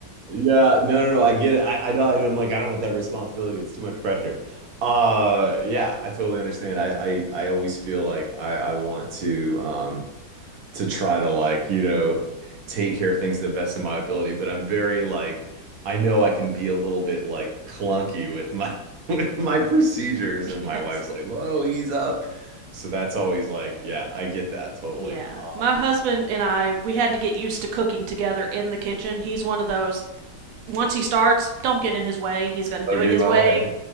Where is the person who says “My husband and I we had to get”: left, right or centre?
Right